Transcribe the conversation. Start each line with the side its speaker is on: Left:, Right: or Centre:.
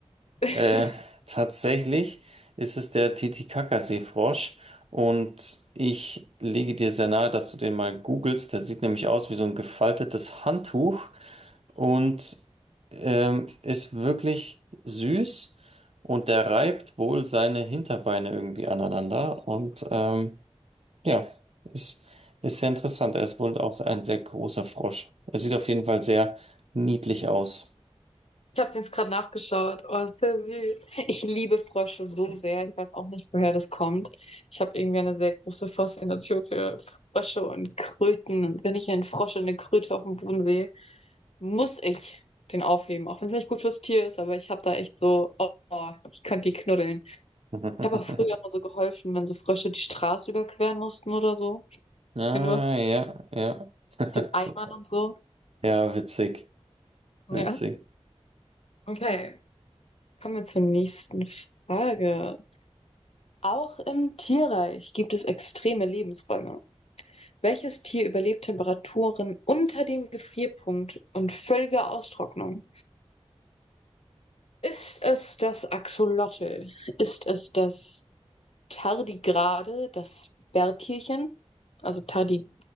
Left: <laughs>
Right: Äh, tatsächlich ist es der Titicaca-Seefrosch und ich lege dir sehr nahe, dass du den mal googelst. Der sieht nämlich aus wie so ein gefaltetes Handtuch und ähm, ist wirklich süß und der reibt wohl seine Hinterbeine irgendwie aneinander und ähm, ja, ist, ist sehr interessant. Er ist wohl auch ein sehr großer Frosch. Er sieht auf jeden Fall sehr niedlich aus.
Left: Ich habe den jetzt gerade nachgeschaut. Oh, ist sehr süß. Ich liebe Frösche so sehr. Ich weiß auch nicht, woher das kommt. Ich habe irgendwie eine sehr große Faszination für Frösche und Kröten. Und wenn ich einen Frosch und eine Kröte auf dem Boden sehe, muss ich den aufheben. Auch wenn es nicht gut fürs Tier ist, aber ich habe da echt so, oh, ich könnte die knuddeln.
Right: <laughs>
Left: Ich habe auch früher immer so geholfen, wenn so Frösche die Straße überqueren mussten oder so.
Right: Ah,
Left: Wenn du was mit
Right: ja, ja. <laughs>
Left: den Eimern und so.
Right: Ja, witzig,
Left: Ja.
Right: witzig.
Left: Okay, kommen wir zur nächsten Frage. Auch im Tierreich gibt es extreme Lebensräume. Welches Tier überlebt Temperaturen unter dem Gefrierpunkt und völlige Austrocknung? Ist es das Axolotl? Ist es das Tardigrade, das Bärtierchen? Also Tardi